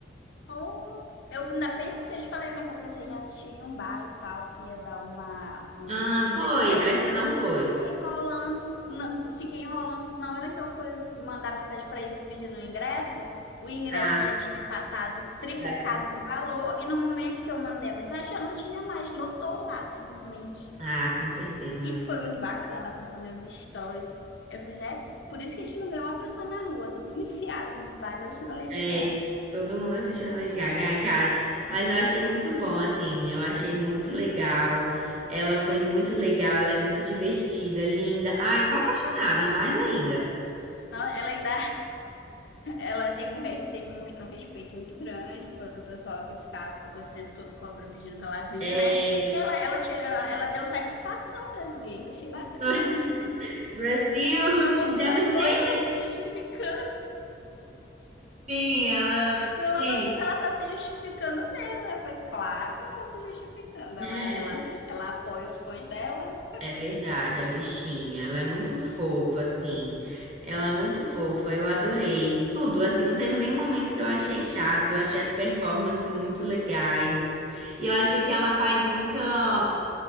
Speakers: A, on the left; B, on the right.
A: Oh, Eu ainda pensei, eu te falei, né, que eu pensei em assistir em um bar e tal, que ia dar uma, um
B: Ah,
A: clima
B: foi.
A: diferente.
B: Aí você não foi.
A: Fiquei enrolando, na- fiquei enrolando. Na hora que eu fui mandar mensagem para eles pedindo o ingresso, o ingresso
B: Ah,
A: já tinha passado triplicado
B: já tinha.
A: de valor e no momento que eu mandei a mensagem já não tinha mais, lotou lá simplesmente.
B: Ah, com certeza,
A: E
B: amiga.
A: foi muito bacana acompanhar os stories. Eu falei, é por isso que a gente não vê uma pessoa na rua, tá tudo enfiado nos bares da Lady
B: É,
A: Gaga.
B: todo mundo assistindo a Lady Gaga, ai, cara. Mas eu achei muito bom, assim, eu achei muito legal. Ela foi muito legal, ela é muito divertida, linda. Ah, eu tô apaixonada, mais ainda.
A: Não, ela ainda Ela tem um, re- teve, mostrou um respeito muito grande pelo pessoal que ficava, ficou esse tempo todo cobra pedindo pra ela vir,
B: É,
A: né? Porque ela, ela, tirou, ela deu satisfação pras gays, achei bacana.
B: tô- <laughs> Brasil,
A: Meu amor
B: I'm
A: ficou
B: devastated.
A: rindo, olha ela se justificando.
B: Sim, ela.
A: Meu namorado
B: Sim,
A: disse, ela tá se justificando mesmo. Eu falei, claro que ela tá se justificando.
B: né?
A: Ela, ela, ela apoia os fãs dela.
B: É verdade, a bichinha. Ela é muito fofa, assim. Ela é muito fofa. Eu adorei tudo, assim. Não teve nenhum momento que eu achei chato. Eu achei as performances muito legais. E eu achei que ela faz muita